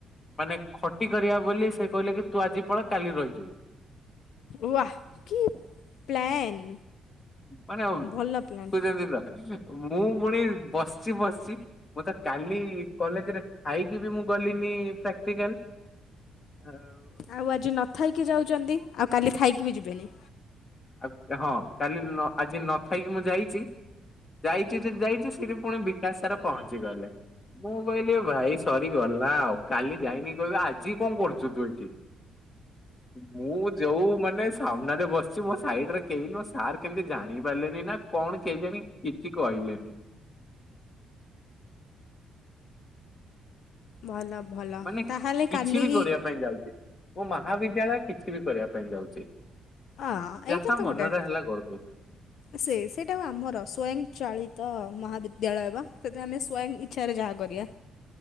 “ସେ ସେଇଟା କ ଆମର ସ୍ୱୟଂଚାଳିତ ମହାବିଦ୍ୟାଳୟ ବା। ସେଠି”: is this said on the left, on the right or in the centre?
Left